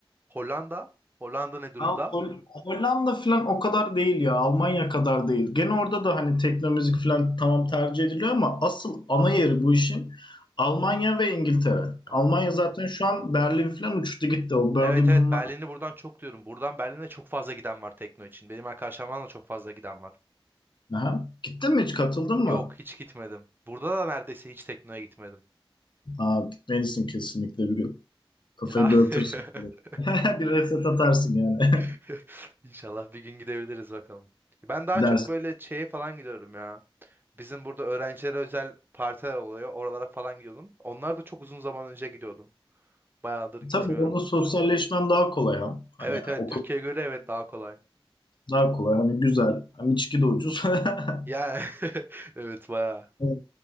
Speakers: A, on the right (about 20°); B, on the left (about 55°).
A: Hollanda? Hollanda ne durumda?
B: Ya Hol- Hollanda falan o kadar değil ya. Almanya kadar değil. Gene orada da hani tekno müzik falan tamam tercih ediliyor ama asıl ana yeri bu işin Almanya ve İngiltere.
A: Aa.
B: Almanya zaten şu an Berlin falan uçtu gitti. O Birmingham'la.
A: Evet evet Berlin'i buradan çok diyorum. Buradan Berlin'e çok fazla giden var Tekno için. Benim arkadaşlarımdan da çok fazla giden var.
B: Aha. Gittin mi hiç katıldın
A: Yok
B: mı?
A: hiç gitmedim. Burada da neredeyse hiç Tekno'ya gitmedim.
B: Aa, gitmelisin kesinlikle bir gün. Kafayı
A: Ya <laughs>
B: dağıtırsın. <laughs> Bir reset atarsın yani.
A: <laughs> İnşallah bir gün gidebiliriz bakalım. Ben daha
B: <laughs> Gidersin.
A: çok böyle şeye falan gidiyorum ya. Bizim burada öğrencilere özel partiler oluyor. Oralara falan gidiyordum. Onlar da çok uzun zaman önce gidiyordum. Bayağıdır gitmiyorum.
B: Tabii orada sosyalleşmen daha kolay ha. Hani
A: Evet evet
B: okul
A: Türkiye'ye göre evet daha kolay.
B: daha kolay. Hani güzel. Hem içki de ucuz. <laughs>
A: Yani <laughs> evet bayağı.
B: Evet.